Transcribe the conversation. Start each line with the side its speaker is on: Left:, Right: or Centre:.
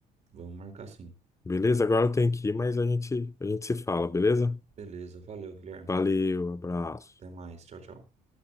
Right: vamos marcar sim.
Left: Beleza? Agora eu tenho que ir, mas a gente, a gente se fala, beleza?
Right: Beleza, valeu, Guilherme.
Left: Valeu, abraço.
Right: Até mais. Tchau, tchau.